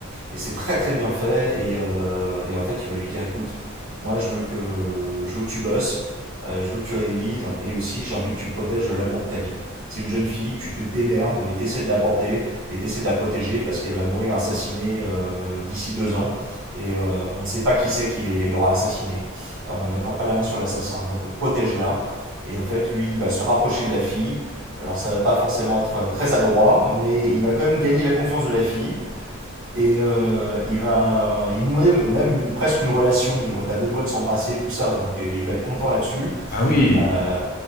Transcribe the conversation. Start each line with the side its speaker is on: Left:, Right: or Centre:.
Right: Et c'est très très bien fait. Et, euh, et en fait, il va lui dire écoute, moi je veux que, je veux que tu bosses, euh, je veux que tu révises, et aussi j'ai envie que tu protèges l'amour de ta vie. C'est une jeune fille, tu te démerdes, mais t'essaies de l'aborder et t'essaies de la protéger parce qu'elle va mourir assassinée euh, d'ici deux ans. Et
Left: voilà.
Right: euh, on ne sait pas qui c'est qui l'aura assassinée. Alors, on ne mettra pas la main sur l'assassin. Donc protège-la. Et en fait, lui, il va se rapprocher de la fille. Alors ça ne va pas forcément être euh, très adroit, mais il va quand même gagner la confiance de la fille. Et euh, il va, euh, il nouait même une, presque une relation. Ils vont être à deux doigts de s'embrasser, tout ça. Donc il va être content là-dessus.
Left: Ah oui.
Right: Euh,